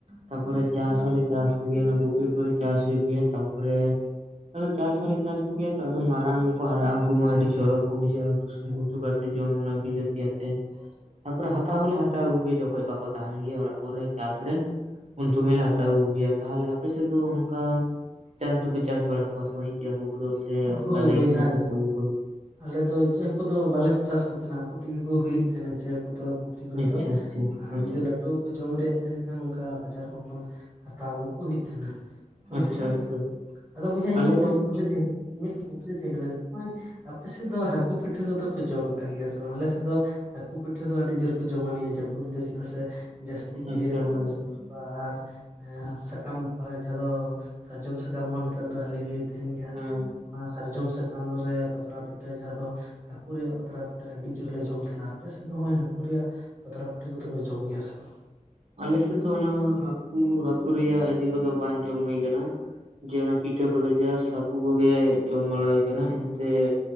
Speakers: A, on the right; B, on the right.
A: ᱛᱟᱯᱚᱨᱮ ᱪᱟᱥ ᱦᱚᱸᱞᱮ ᱪᱟᱥ ᱠᱚᱜᱮᱭᱟ ᱚᱱᱟ ᱯᱩᱠᱷᱨᱤ ᱠᱚᱨᱮ ᱪᱟᱥ ᱦᱩᱭᱩᱜ ᱜᱮᱭᱟ ᱛᱟᱯᱚᱨᱮ ᱟᱫᱚ ᱪᱟᱥ ᱦᱚᱸᱞᱮ ᱪᱟᱥ ᱠᱚᱜᱮᱭᱟ ᱛᱚ ᱟᱫᱚ ᱢᱟᱨᱟᱝ ᱜᱮᱠᱚ ᱦᱟᱨᱟᱜᱼᱟ ᱩᱱᱠᱩ ᱢᱟ ᱟᱹᱰᱤ ᱪᱚᱨᱚᱠ ᱠᱚ ᱵᱩᱡᱷᱟᱹᱜᱼᱟ ᱩᱛᱩ᱾ ᱩᱛᱩ ᱠᱟ ᱠᱟᱛᱮ ᱡᱚᱢ ᱚᱱᱟ ᱵᱤᱞᱟᱹᱛᱤ ᱟᱛᱮ᱾ ᱛᱟᱯᱚᱨᱮ ᱦᱟᱛᱟᱣ ᱦᱚᱞᱮ ᱦᱟᱛᱟᱣ ᱟᱹᱜᱩ ᱜᱮ ᱡᱚᱠᱷᱚᱡ ᱵᱟᱠᱚ ᱛᱟᱦᱮᱱ ᱜᱮᱭᱟ ᱚᱲᱟᱜ ᱠᱚᱨᱮ ᱪᱟᱥ ᱨᱮ ᱩᱱ ᱥᱚᱢᱚᱭ ᱞᱮ ᱦᱟᱛᱟᱣ ᱟᱹᱜᱩ ᱜᱮᱭᱟ ᱛᱟᱦᱚᱞᱮ ᱟᱯᱮ ᱥᱮᱫ ᱫᱚ ᱚᱱᱠᱟ ᱪᱟᱥ ᱫᱚᱯᱮ ᱪᱟᱥ ᱵᱟᱲᱟ ᱠᱚᱣᱟ ᱥᱮ ᱢᱟ ᱤᱪᱟᱹᱜ ᱦᱟᱠᱩ ᱠᱚᱫᱚ ᱥᱮ ᱚᱠᱟ
B: ᱦᱳᱭ
A: ᱱᱟᱹᱭ
B: ᱵᱚᱭᱦᱟ
A: ᱠᱷᱚᱱᱟᱜ ᱠᱚ
B: ᱡᱟ
A: ᱥᱟᱵ ᱟᱹᱜᱩ ᱠᱚ?
B: ᱟᱞᱮ ᱫᱚ ᱤᱪᱟᱹᱜ ᱦᱟᱹᱠᱩ ᱫᱚ ᱵᱟᱞᱮ ᱪᱟᱥ ᱠᱚ ᱛᱷᱮᱸᱱᱟ ᱟᱠᱚ ᱛᱮᱜᱮ ᱠᱚ ᱦᱩᱭᱩᱜ ᱛᱟᱦᱮᱸᱫᱱᱟ ᱤᱪᱟᱹᱜ ᱦᱟᱹᱠᱩ᱾ ᱫᱚ ᱯᱩᱠᱷᱨᱤ ᱠᱚᱨᱮ
A: ᱟᱪᱪᱷᱟ
B: ᱫᱚ
A: ᱟᱪᱪᱷᱟ ᱟᱪᱪᱷᱟ
B: ᱟᱨ ᱡᱩᱫᱤ ᱞᱟᱹᱴᱩ ᱡᱚᱢ ᱨᱮᱭᱟᱜ ᱛᱟᱦᱮᱱ ᱠᱷᱟᱱ ᱚᱱᱠᱟ ᱵᱟᱡᱟᱨ ᱠᱚ ᱠᱷᱚᱱ ᱦᱟᱛᱟᱣ ᱟᱹᱜᱩ ᱠᱚ ᱦᱩᱭᱩᱜ ᱛᱟᱦᱮᱱᱟ᱾ ᱦᱳᱭᱥᱮ
A: ᱟᱪᱪᱷᱟ ᱟᱪᱪᱷᱟ
B: ᱟᱫᱚ ᱟᱫᱚ ᱵᱚᱭᱦᱟ ᱤᱧᱟᱹᱜ
A: ᱟᱞᱮ
B: ᱢᱤᱫᱴᱮᱱ
A: ᱫᱚ ᱦᱩᱸ
B: ᱠᱩᱠᱞᱤ ᱛᱟᱦᱮᱸ ᱠᱟᱱ ᱛᱤᱧᱟ ᱤᱧᱟᱹᱜ ᱠᱩᱠᱞᱤ ᱛᱟᱦᱮᱸ ᱠᱟᱱᱟ ᱡᱚᱠᱷᱚᱱ ᱟᱯᱮ ᱥᱮᱫ ᱫᱚ ᱦᱟᱹᱠᱩ ᱯᱤᱴᱷᱟᱹ ᱠᱚᱫᱚ ᱯᱮ ᱡᱚᱢ ᱟᱠᱟᱫ ᱜᱮᱭᱟ ᱥᱮ ᱵᱟᱝ ᱟᱞᱮ ᱥᱮᱫ ᱫᱚ ᱦᱟᱹᱠᱩ ᱯᱤᱴᱷᱟᱹ ᱫᱚ ᱟᱹᱰᱤ ᱡᱳᱨ ᱠᱚ ᱡᱚᱢ ᱱᱤᱭᱟ ᱡᱟᱹᱯᱩᱫ ᱨᱮ ᱫᱚ ᱪᱮᱫᱟᱜ ᱥᱮ, ᱡᱟᱹᱥᱛᱤ ᱜᱮ
A: ᱟᱪᱪᱷᱟ
B: ᱦᱟᱹᱠᱩ
A: ᱦᱮᱸ
B: ᱠᱚ ᱥᱟᱣᱟ
A: ᱦᱮᱸ
B: <unintelligible> ᱟᱨ ᱥᱟᱠᱟᱢ ᱡᱟᱦᱟᱸ ᱫᱚ ᱥᱟᱨᱡᱚᱢ ᱥᱟᱠᱟᱢ ᱦᱚᱸ ᱱᱮᱛᱟᱨ ᱫᱚ ᱦᱟᱹᱞᱤ ᱦᱟᱹᱞᱤ ᱛᱟᱦᱮᱱ ᱜᱮᱭᱟ
A: ᱦᱮᱸ
B: ᱚᱱᱟ ᱥᱟᱨᱡᱚᱢ ᱥᱟᱠᱟᱢ ᱨᱮ ᱯᱟᱛᱲᱟ ᱯᱤᱴᱷᱟᱹ ᱡᱟᱦᱟᱸ ᱫᱚ ᱩᱱᱠᱩ ᱨᱮᱭᱟᱜ ᱯᱟᱛᱲᱟ ᱯᱤᱴᱷᱟᱹ ᱟᱹᱰᱤ ᱡᱳᱨ ᱞᱮ ᱡᱚᱢ ᱛᱟᱦᱮᱱᱟ, ᱟᱯᱮ ᱥᱮᱫ ᱫᱚ ᱱᱚᱜᱚᱭ ᱦᱟᱹᱠᱩ ᱨᱮᱭᱟᱜ ᱯᱟᱛᱲᱟ ᱯᱤᱴᱟᱹ ᱠᱚᱫᱚ ᱯᱮ ᱡᱚᱢ ᱜᱮᱭᱟ ᱥᱮ ᱵᱟᱝ?
A: ᱟᱞᱮᱥᱮᱫ ᱫᱚ ᱚᱱᱟ ᱦᱟᱹᱠᱩ ᱦᱟᱹᱠᱩ ᱨᱮᱭᱟᱜ ᱤᱭᱟᱹ ᱠᱚᱫᱚ ᱵᱟᱝ ᱡᱚᱢ ᱦᱩᱭ ᱟᱠᱟᱱᱟ, ᱡᱮ ᱚᱱᱟ ᱯᱤᱴᱷᱟᱹ ᱠᱚᱫᱚ ᱡᱟᱥ ᱦᱟᱹᱠᱩ ᱠᱚᱜᱮ ᱡᱚᱢ ᱵᱟᱲᱟᱭ ᱦᱩᱭ ᱠᱟᱱᱟ ᱮᱱᱛᱮ,